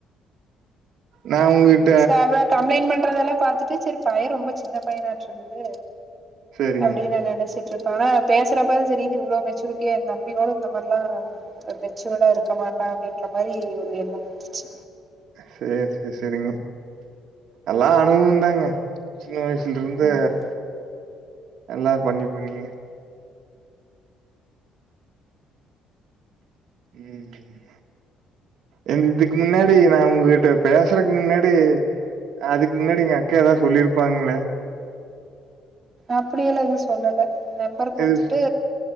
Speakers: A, on the right; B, on the right.
A: நா உங்ககிட்
B: சேவே கம்ப்ளைண்ட் பண்றதெல்லா பாத்துட்டு செரிப் பைய ரொம்ப சின்ன பயனாட்ருகுது
A: சரிங்க.
B: அப்டின் நா நெனச்சிட் ட்ருக்கு ஆனா பேசறப்பதா தெரியிது இவ்ளோ மெச்சூரிட்டியா எந்தம்பி கூட இந்த மார்லா ஒரு மெச்சூர்டா இருக்க மாட்டா அப்டின்ற மாரி ஒரு எண்ணம் வந்துச்சு
A: சேர் சேர் செரிங்க எல்லா அனுபுவுந்தாங்க சின்ன வயசுலருந்து
B: ம்
A: எல்லார் பண்ணி பண்ணி ம் ம் எந் இதுக்கு முன்னாடி நா உங்ககிட்ட பேசறக்கு முன்னாடி அதுக்கு முன்னாடி எங்க அக்கா எதா சொல்லிருப்பாங்ளே
B: அப்டியெல்லா எது சொல்லல நம்பர் குடுத்துட்டு
A: இது